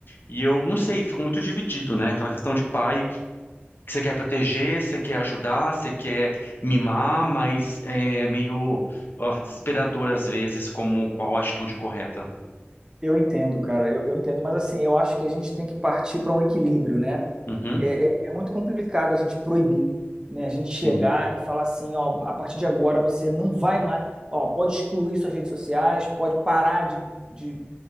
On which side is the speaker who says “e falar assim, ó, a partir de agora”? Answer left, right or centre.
Right